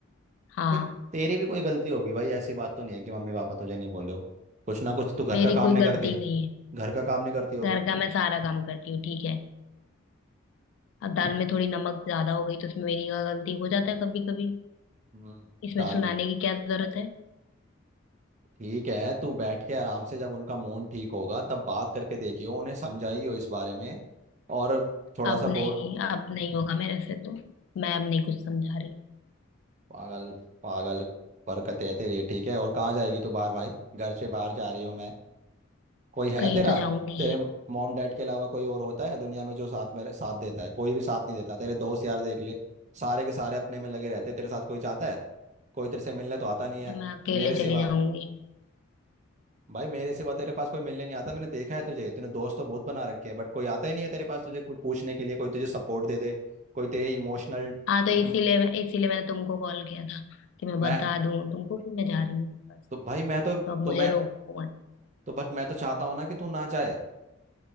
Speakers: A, on the left; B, on the right.
A: हाँ
B: भाई तेरी भी कोई गलती होगी भाई ऐसी बात तो नहीं है कि मम्मी पापा तुझे नहीं बोल रहे हो कुछ ना कुछ तो तू घर
A: मेरी
B: का काम
A: कोई
B: नहीं
A: गलती
B: करते
A: नहीं है
B: घर का काम नहीं करती होगी
A: घर का मैं सारा काम करती हूँ ठीक है अब दाल में थोड़ी नमक ज्यादा हो गई तो उसमें मेरी गलती हो जाता है कभी कभी
B: हम्म
A: इसमें
B: दाल
A: सुनाने की क्या जरूरत है
B: ठीक है तू बैठ के आराम से जब उनका मूड ठीक होगा तब बात करके देखियो उन्हें समझाइयो इस बारे में और थोड़ा
A: अब
B: सा
A: नहीं
B: बोल
A: अब नहीं होगा मेरे से तो मैं अब नहीं कुछ समझा रही
B: पागल पागल बरकत है तेरी ठीक है और कहाँ जाएगी तू बाहर भाई घर से बाहर जा रही हूँ मैं कोई है
A: कहीं
B: तेरा
A: तो जाऊंगी ही,
B: तेरे मॉम डैड के अलावा कोई और होता है दुनिया में जो साथ मेरे साथ देता है कोई भी साथ नहीं देता तेरे दोस्त यार देख ले सारे के सारे अपने में लगे रहते हैं तेरे साथ कोई जाता है कोई तेरे से मिलने तो आता नहीं है
A: तो मैं अकेले
B: मेरे सिवा
A: चली जाऊंगी
B: भाई मेरे सिवा तेरे पास कोई मिलने नहीं आता मैंने देखा है तुझे तूने दोस्त तो बहुत बना रखे हैं बट कोई आता ही नहीं है तेरे पास तुझे कुछ पूछने के लिए कोई तुझे सपोर्ट दे दे कोई तेरे इमोशनल
A: हाँ तो इसीलिए
B: होने
A: मैं- इसीलिए मैंने तुमको कॉल किया था कि मैं
B: मैं
A: बता दूं तुमको कि मैं जा रही हूँ बस
B: तो भाई मैं तो
A: तो अब मुझे
B: तो मैं
A: रोको मत
B: तो बट मैं तो चाहता हूँ ना कि तू ना जाए